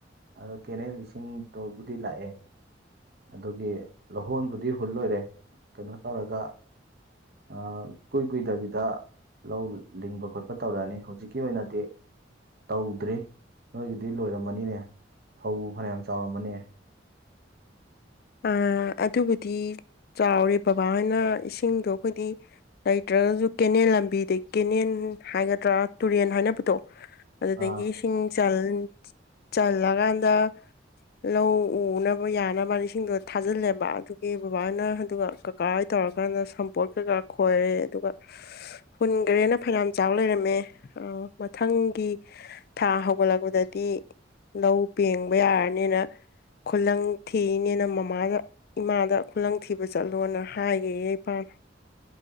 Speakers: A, on the right; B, on the left.
A: ꯑꯗꯣ ꯀꯦꯅꯦꯜ ꯏꯁꯤꯡꯗꯨꯕꯨꯗꯤ ꯂꯥꯛꯑꯦ ꯑꯗꯨꯒꯤ ꯂꯧꯍꯣꯟꯕꯨꯗꯤ ꯍꯨꯜ ꯂꯣꯏꯔꯦ ꯀꯩꯅꯣ ꯇꯧꯔꯒ ꯑꯥ ꯀꯨꯏ ꯀꯨꯏꯗꯕꯤꯗ ꯂꯧ ꯂꯤꯡꯕ ꯈꯣꯠꯄ ꯇꯧꯔꯛꯑꯅꯤ ꯍꯧꯖꯤꯛꯀꯤ ꯑꯣꯏꯅꯗꯤ ꯇꯧꯗ꯭ꯔꯤ ꯅꯣꯏꯒꯤꯗꯤ ꯂꯣꯏꯔꯝꯃꯅꯤꯅꯦ ꯐꯧꯕꯨ ꯐꯅꯌꯥꯝ ꯆꯥꯎꯔꯝꯃꯅꯦ
B: ꯑꯥ ꯑꯗꯨꯕꯨꯗꯤ ꯆꯥꯎꯔꯦ ꯕꯕꯥꯍꯣꯏꯅ ꯏꯁꯤꯡꯗꯣ ꯑꯩꯈꯣꯏꯗꯤ ꯂꯩꯇ꯭ꯔꯒꯖꯨ ꯀꯦꯅꯦꯜ ꯂꯝꯕꯤꯗꯩ ꯀꯦꯅꯦꯜ ꯍꯥꯏꯒꯗ꯭ꯔꯥ ꯇꯨꯔꯦꯟ ꯍꯥꯏꯅ ꯄꯗꯣ ꯑꯗꯨꯗꯒꯤ
A: ꯑꯥ
B: ꯏꯁꯤꯡ ꯆꯜ ꯆꯜꯂꯀꯥꯟꯗ ꯂꯧ ꯎꯅꯕ ꯌꯥꯅꯕꯅ ꯁꯤꯡꯗꯣ ꯊꯥꯖꯤꯜꯂꯦꯕ ꯑꯗꯨꯒꯤ ꯕꯕꯥꯍꯣꯏꯅ ꯑꯗꯨꯒ ꯀꯥꯀꯥ ꯍꯣꯏ ꯇꯧꯔꯀꯥꯟꯗ ꯁꯝꯄꯣꯔꯠ ꯀꯩꯀꯥ ꯈꯣꯏꯔꯦ ꯑꯗꯨꯒ ꯍꯨꯟꯈ꯭ꯔꯦꯅ ꯐꯅꯌꯥꯝ ꯆꯥꯎ ꯂꯩꯔꯝꯃꯦ ꯑ ꯃꯊꯪꯒꯤ ꯊꯥ ꯍꯧꯒꯠꯂꯛꯄꯗꯗꯤ ꯂꯧ ꯄꯦꯡꯕ ꯌꯥꯔꯅꯤꯅ ꯈꯨꯜꯂꯪ ꯊꯤꯅꯤꯅ ꯃꯃꯥꯗ ꯏꯃꯥꯗ ꯈꯨꯂꯪ ꯊꯤꯕ ꯆꯠꯂꯣꯅ ꯍꯥꯏꯒꯦ ꯏꯄꯥꯅ